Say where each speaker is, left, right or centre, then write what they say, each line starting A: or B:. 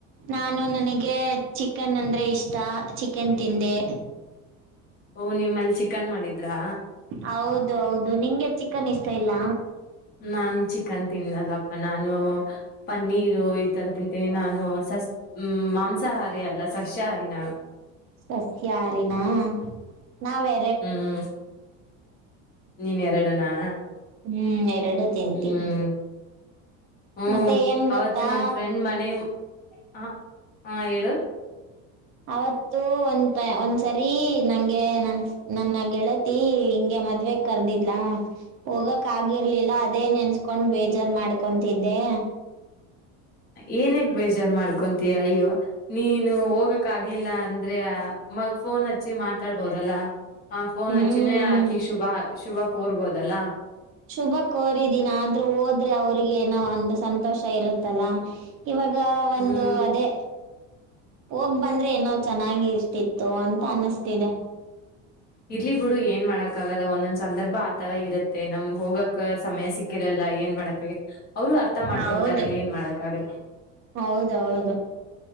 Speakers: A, on the right; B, on the left.
A: ನಾನು ನನಗೆ ಚಿಕನ್ ಅಂದ್ರೆ ಇಷ್ಟ ಚಿಕನ್ ತಿಂದೆ
B: ಓ ನಿಮ್ಮಲ್ಲಿ ಚಿಕನ್ ಮಾಡಿದ್ರಾ
A: ಹೌದು ಹೌದು ನಿಂಗೆ ಚಿಕನ್ ಇಷ್ಟ ಇಲ್ಲ
B: ನಾನ್ ಚಿಕನ್ ತಿನ್ನಲ್ಲಪ್ಪ ನಾನು ಪನ್ನೀರು ಈ ತರ ತಿಂತೀನಿ ನಾನು ಸಸ್ ಹ್ಮ ಮಾಂಸಾಹಾರಿ ಅಲ್ಲ ಸಸ್ಯಾಹಾರಿ ನಾನು
A: ಸತ್ಯತ್ಯಾರೀನಾ ನಾವೆ
B: ಹ್ಮ್ ನೀನ್ ಎರಡುನಾ
A: ಹ್ಮ್ ಎರಡು ತಿಂತೀನಿ
B: ಹ್ಮ್ ಹ್ಮ್
A: ಮತ್ತೆ ಏನ್ ಗೊತ್ತಾ
B: ಅವತ್ತು ನಮ ಫ್ರೆಂಡ್ ಮನೆ ಹ ಹಾ ಹೇಳು
A: ಅವತ್ತು ಒಂದ ಒಂದ್ಸರಿ ನಂಗೆ ನನ್ ನನ್ನ ಗೆಳತಿ ಹಿಂಗೆ ಮದ್ವೆ ಕರ್ದಿದ್ಲಾ ಹೋಗಕ್ ಆಗಿರ್ಲಿಲ್ಲ ಅದೇ ನೆನ್ಸ್ಕೊಂಡ್ ಬೇಜಾರ್ ಮಾಡ್ಕೊತಿದ್ದೆ
B: ಏನಗ್ ಬೇಜಾರ್ ಮಾಡ್ಕೊತೀಯಾ ಇವ ನೀನು ಹೋಗಕ್ ಆಗ್ಲಿಲ್ಲ ಅಂದ್ರೆ ಮ ಫೋನ್ ಹಚ್ಚಿ ಮಾತಾಡ್ಬೋದಲ್ಲ ಆ ಫೋನ್
A: ಹ್ಮ್
B: ಹಚ್ಚಿನೇ ಹಾಕಿ ಶುಭ ಶುಭ ಕೋರ್ಬೋದಲ್ಲಾ
A: ಶುಭ ಕೋರಿದೀನ ಆದ್ರೂ ಹೋದ್ರೆ ಅವ್ರಿಗೆ ಏನೋ ಒಂದು ಸಂತೋಷ ಇರುತ್ತಲ್ಲ ಇವಾಗ
B: ಹ್ಮ್
A: ಒಂದು ಅದೇ ಹೋಗ್ ಬಂದ್ರೆ ಏನೋ ಚೆನ್ನಾಗಿ ಇಷ್ಟತಿತ್ತು ಅಂತ ಅನಿಸ್ತಿದೆ
B: ಇರ್ಲಿ ಬಿಡು ಏನ್ ಮಾಡಕ್ ಆಗಲ್ಲ ಒಂದೊಂದ್ ಸಂದರ್ಭ ಆತರ ಇರುತ್ತೆ ನಮ್ಗ್ ಹೋಗಕ್ ಸಮಯ ಸಿಕ್ ಹಿರಲ್ಲ ಏನ್ ಮಾಡ ಅವರು ಅರ್ಥ ಮಾಡ್ಕೊಂತಾರೆ
A: ಹೌದು
B: ಏನ್ ಮಾಡಕ್ಕ ಆಗಲ್ಲ
A: ಹೌದೌದು